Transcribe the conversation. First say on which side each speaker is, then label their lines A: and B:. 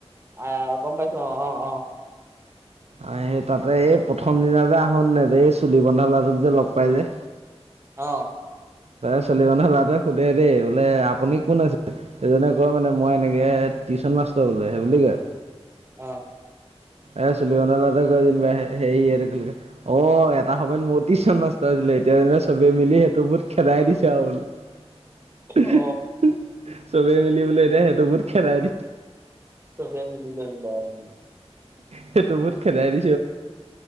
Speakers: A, on the right (about 20°); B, on the right (about 70°).
A: আহ গম পাইছোঁ অঁ অঁ।
B: আহ সেই তাতে এই প্ৰথম দিনা যে আহোোন ন এই চুলি বন্ধ লাটোক যে লগ পাই যে।
A: অহ।
B: ত চলি মহা লৰাটে সোধে দেই বোলে আপুনি কোন আছে এজনে কয় মানে মই এনেকে টিউশন মাষ্টৰ হে বুলি কয়।
A: আহ।
B: এ চুলি বন্ধা লৰাটোৱে কৈ যেনিবা হেৰিয় অ এটা সময় মোৰ টিউশন মাষ্টাৰ আছিলে এতিয়া যেনিবা চবে মিলি সেইটো বহুত খেদাই দিছে আও বোলে।
A: অ
B: চবেই মিলি বোলে এতিয়া সেইটো ভূত খেদাই দিছ
A: চবে মিলিলৈ পেলায় ওম।
B: সেই টো বহুত খেদাই দি